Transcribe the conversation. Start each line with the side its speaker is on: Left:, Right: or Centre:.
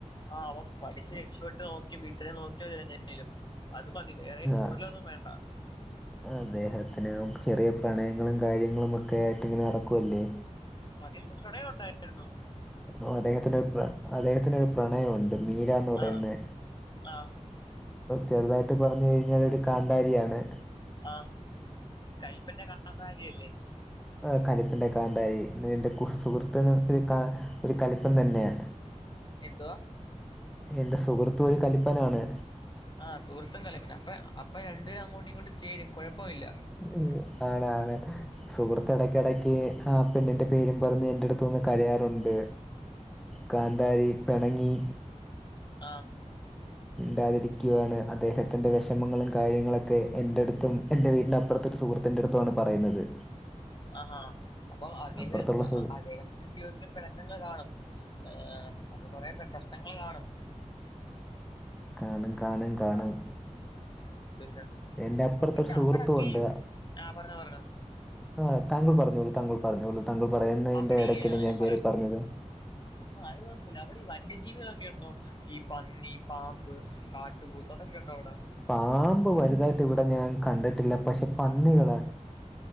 Left: ആഹ് അവം പഠിച്ച് രക്ഷപ്പെട്ട് നോക്കി വീട്ടിനെ നോക്കി അത് മതി വേറെ കൂടുതലൊന്നും
Centre: ആ
Left: വേണ്ട
Centre: അദ്ദേഹത്തിന് ചെറിയ പ്രണയങ്ങളും കാര്യങ്ങളും ഒക്കെ ആയിട്ട് ഇങ്ങനെ നടക്കുവല്ലേ
Left: <unintelligible> പ്രണയം ഉണ്ടായിരുന്നൊ
Centre: ഓ അദ്ദേഹത്തിനൊ പ്ര അദ്ദേഹത്തിന് രു പ്രണയമുണ്ട മീരാന്ന് പറയുന്നെ
Left: ആ ആ
Centre: ചെറുതായിട്ട് പറഞ്ഞു കഴിഞ്ഞാലൊരു കാന്താരിയാണ്
Left: ആഹ് കയ്പ്പിന്റെ കാന്താരിയല്ലേ
Centre: ആഹ് കലിപ്പന്റെ കാന്താരി എന്റെ സുഹൃത്ത് കാ ഒര് കലിപ്പൻ തന്നെയാ
Left: എന്തുവാ
Centre: എന്റെ സുഹൃത്തു ഒരു കലിപ്പനാണ്
Left: ആഹ് സുഹൃത്തും കലിപ്പനാ അപ്പ അപ്പ രണ്ട്പേരും അങ്ങോട്ടും ഇങ്ങോട്ടും ചേരും കൊഴപ്പമില്ല
Centre: ഉം ആണ് ആണ് സുഹൃത്ത് എടയ്ക്കെടയ്ക്ക് ആ പെണ്ണിന്റെ പേരും പറഞ്ഞ് എന്റെ അടുത്ത് വന്ന് കരയാറുണ്ട് കാന്താരി പെണങ്ങി
Left: ആഹ്
Centre: മിണ്ടാതിരിക്കുവാണ് അദ്ദേഹത്തിന്റെ വെഷമങ്ങളും കാര്യങ്ങളൊക്കെ എന്റെട്ത്തും എൻ്റെ വീടിനപ്പുറത്തെ സുഹൃത്തിന്റെ അടുത്തു വാണ് പറയുന്നത്
Left: അഹ് ആഹ് അപ്പം <unintelligible>
Centre: അപ്പുറത്തുള്ള സു
Left: ജീവിതത്തിൽ പെണക്കങ്ങൾ കാണും ഏഹ് അത് കൊറെ പ്രശ്നങ്ങൾ കാണും
Centre: കാണും കാണും കാണും
Left: ഏ, പിന്നെ
Centre: എന്റെ അപ്പുറത്തൊരു
Left: പിന്നെ
Centre: സുഹൃത്തുണ്ട്
Left: അവിടൊക്കെ ഈ ആഹ് പറഞ്ഞോ പറഞ്ഞോ
Centre: ആഹ് താങ്കൾ പറഞ്ഞോളൂ താങ്കൾ പറഞ്ഞോളൂ താങ്കൾ പറയുന്നതിന്റെ
Left: അവിടെ
Centre: എടയ്ക്കില്
Left: ഈ ആ,
Centre: ഞാൻ
Left: പറയാം
Centre: കെറി പറഞ്ഞത്
Left: ആഹ് അത് കൊഴപ്പല്ല അവിടീ വന്യജീവികളൊക്കെ ഉണ്ടോ ഈ പന്നി പാമ്പ് കാട്ടുപോത്ത് അതൊക്കെ ഉണ്ടോ അവിടെ
Centre: പാമ്പ് വലുതായിട്ട് ഇവിടെ ഞാൻ കണ്ടിട്ടില്ല പക്ഷെ പന്നികള്